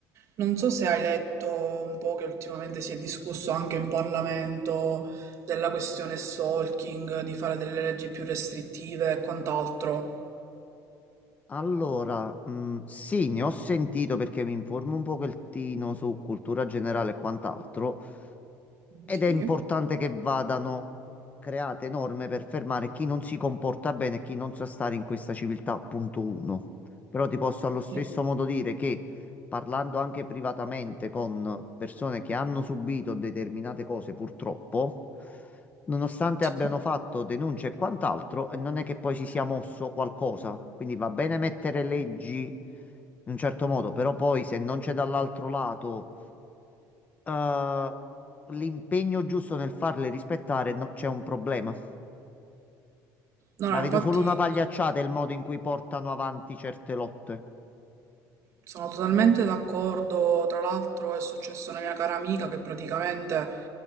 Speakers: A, on the right; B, on the left.
A: Non so se hai letto un po' che ultimamente si è discusso anche in Parlamento della questione stalking, di fare delle leggi più restrittive e quant'altro.
B: Allora, mh, sì, ne ho sentito perché mi informo un pochettino su cultura generale e quant'altro. ed
A: Sì,
B: è importante che vadano create norme per fermare chi non si comporta bene e chi non sa stare in questa civiltà, punto uno. Però ti posso allo stesso
A: sì,
B: modo dire che parlando anche privatamente con persone che hanno subito determinate cose, purtroppo, nonostante
A: sì.
B: abbiano fatto denunce e quant'altro, eh, non è che poi si sia mosso qualcosa. Quindi va bene mettere leggi in un certo modo, però poi se non c'è dall'altro lato eh, l'impegno giusto nel farle rispettare, no, c'è un problema.
A: No, no,
B: La vedo
A: infatti
B: solo una pagliacciata il modo in cui portano avanti certe lotte.
A: Sono totalmente d'accordo, tra l'altro è successo a una mia cara amica che praticamente,